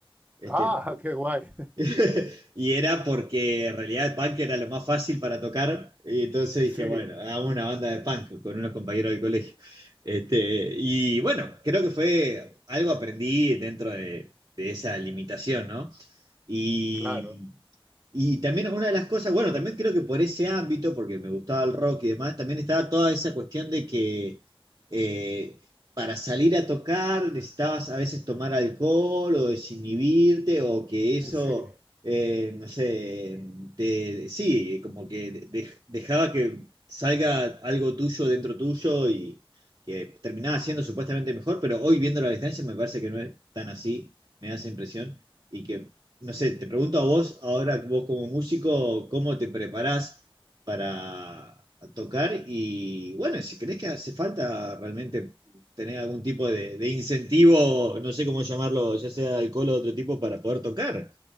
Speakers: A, on the right; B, on the right.
A: Este,
B: Ah, qué guay. <laughs>
A: <laughs> Y era porque en realidad el punk era lo más fácil para tocar. Y entonces dije,
B: Sí,
A: bueno, hagamos una banda de punk con unos compañeros del colegio. Este, y bueno, creo que fue algo aprendí dentro de, de esa limitación, ¿no? Y,
B: claro.
A: y también una de las cosas, bueno, también creo que por ese ámbito, porque me gustaba el rock y demás, también estaba toda esa cuestión de que eh, para salir a tocar necesitabas a veces tomar alcohol o desinhibirte o que eso
B: Sí.
A: eh, no sé, te- sí, como que de- de- dejaba que salga algo tuyo dentro tuyo y que terminaba siendo supuestamente mejor, pero hoy viendo la distancia me parece que no es tan así, me da esa impresión, y que, no sé, te pregunto a vos, ahora vos como músico, ¿cómo te preparás para tocar? Y bueno, si crees que hace falta realmente... tener algún tipo de, de incentivo, no sé cómo llamarlo, ya sea de alcohol o de otro tipo, para poder tocar.